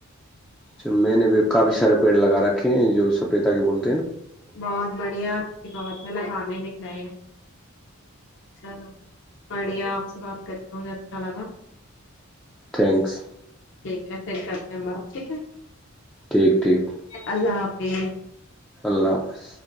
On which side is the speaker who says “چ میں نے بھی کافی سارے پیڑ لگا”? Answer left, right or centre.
Centre